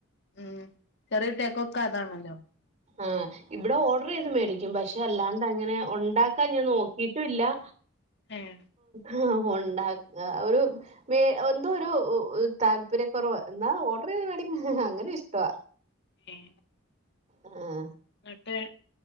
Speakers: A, on the left (about 55°); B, on the right (about 35°).
A: ഉം ശറീർ ടെക്കോക്കതാണ് ല്ലോ
B: ആഹ് ഇവിടെ ഓർഡർ ചെയ്ത് മേടിക്കും പക്ഷെ അല്ലാണ്ട് അങ്ങനെ ഉണ്ടാക്കാൻ ഞാൻ നോക്കിട്ടുംല്ലാ
A: ആഹ
B: ആ ഉണ്ടാ ഒരു എന്തോ ഒരു താല്പര്യക്കുറവ് എന്നാ ഓർഡറെയ്ത് മേടിക്കും അങ്ങനെ ഇഷ്ടവാ
A: ഉം
B: ആഹ
A: ന്നിട്ട്